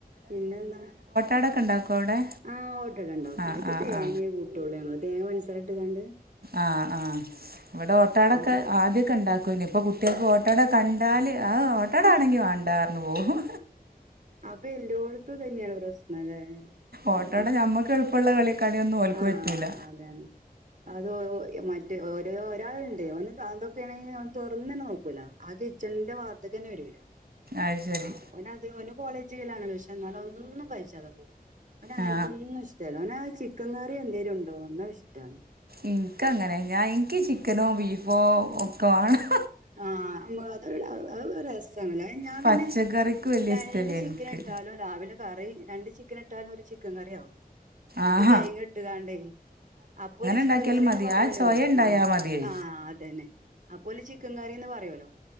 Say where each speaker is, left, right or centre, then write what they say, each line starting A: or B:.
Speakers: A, on the right; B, on the right.
A: പിന്നെന്താ
B: ടക്കെ ഉണ്ടാക്കും അവിടെ
A: ആഹ് ഓട്ടട ഉണ്ടാക്കും
B: ആ
A: അയ്ക്ക്
B: ആ
A: തേങ്ങേ
B: ആ
A: കൂട്ടുള്ളൂ ഞങ്ങള് തേങ്ങയും മ പൻസാരിട്ട്കാണ്ട്
B: ആഹ് ആഹ് ഇവിടെ ഓട്ടാടൊക്കെ
A: അത്
B: ആദ്യൊക്കെ ഉണ്ടാക്കുംന്ന് ഇപ്പൊ കുട് ട്ട്യാൾക്ക് ഓട്ടാട കണ്ടാൽ ആ ഓട്ടട
A: ആഹ്
B: ആണെങ്കിൽ വണ്ടാർന്ന് പോവും
A: അപ്പൊ എല്ലോടത്തും തന്നെയാണ് പ്രശ്നം അല്ലേ
B: ഓട്ടാട
A: ഏ
B: നമുക്ക് എളുപ്പമുള്ള കളി കളിയൊന്നും ഓൽക്ക്
A: ആഹ്
B: പറ്റൂല
A: അതാണ് അത് മറ്റേ ഓരോ ഒരാളുണ്ട് ഒന്ന്ന്തൊക്കെയാണെങ്കിൽ ഓൻ ത തൊറന്നന്നെ നോക്കൂല ആ കിച്ചണിന്റെ ഭാഗത്ത്ക്ക് തന്നെ വരൂല
B: അത് ശരി
A: ആഹ് ഓന് അധിക കോളേജിലാണ് പക്ഷെ എന്നാലും ഒന്നും കഴിച്ചാതെ പോകും അവന് അങ്ങനത്തെന്നും
B: ആ
A: ഇഷ്ടല്ല ഓനാ അങ്ങാറി എന്തേങ്കലും ഉണ്ടോ ന്നാ ഇഷ്ടമാണ്
B: എനിക്ക് അങ്ങനെ ഞാൻ എനിക്ക് ചിക്കനോ ബീഫോ ഒക്കെ വേണം
A: ആഹ് <unintelligible> ഒരു രസാണേ ഞാൻ
B: പച്ചക്കറിക്ക്
A: പിന്നെ
B: വലിയ
A: രണ്ട്
B: ഇഷ്ടമല്ല
A: ചിക്കൻ
B: എനിക്ക്
A: ഇട്ടാലും രാവിലെ കറി രണ്ട് ചിക്കൻ ഇട്ടാലും ഒരു ചിക്കൻ കറി ആവും അയ്ക്ക്
B: ആഹ്.
A: കെഴങ്ങ് ഇട്ടുങ്ങാണ്ടേ അപ്പൊ ഒരു ചിക്കൻ
B: ഉണ്ടാക്കിയാലും
A: കറിന്ന്
B: മതി
A: പറയലോല്ലേ
B: ആ ചോയ ഉണ്ടായാൽ
A: ആ
B: മതിയേ
A: ആ് അതന്നെ അപ്പൊ ഒരു ചിക്കൻ കറി ന്ന് പറയുല്ലോ